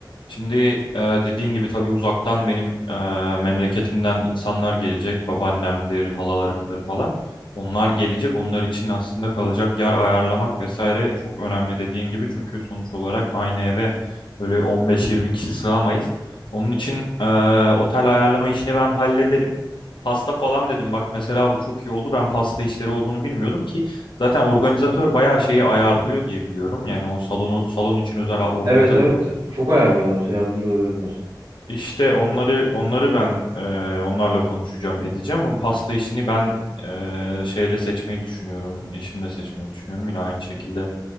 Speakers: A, on the left; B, on the right.
A: Şimdi e, dediğin gibi tabii uzaktan benim e, memleketimden insanlar gelecek. Babaannemdir, halalarımdır falan. Onlar gelecek. Onlar için aslında kalacak yer ayarlamak vesaire çok önemli dediğin gibi. Çünkü sonuç olarak aynı eve böyle 15-20 kişi sığamayız. Onun için e, otel ayarlama işini ben hallederim. Pasta falan dedim bak mesela bu çok iyi oldu. Ben pasta işleri olduğunu bilmiyordum ki zaten organizatör bayağı şeyi ayarlıyor diye biliyorum. Yani o salonu salon için özel organizatör
B: Evet evet
A: tuttu.
B: çok ayarlıyorlar, yardımcı oluyorlar.
A: İşte onları onları ben e, onlarla konuşacağım edeceğim ama pasta işini ben e, şeyle seçmeyi düşünüyorum eşimle seçmeyi düşünüyorum yine aynı şekilde